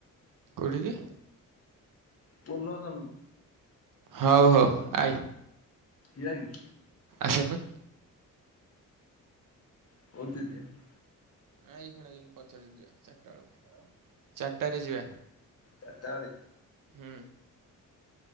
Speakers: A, on the right; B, on the left.
A: କୋଉଠିକି?
B: ପୋଲ୍ହ ତଳକୁ।
A: ହଉ ହଉ ଆଇ।
B: ଯିଆକି?
A: ଆସନୁ।
B: <unintelligible>
A: ନା ଏଇ ଖିଣା ଯିବାନି, ପଛରେ ଯିବା, ଚାରିଟା ବେଳକୁ, ଚାରିଟରେ ଯିବା।
B: ଚାରିଟା ଓଳି
A: ହୁଁ।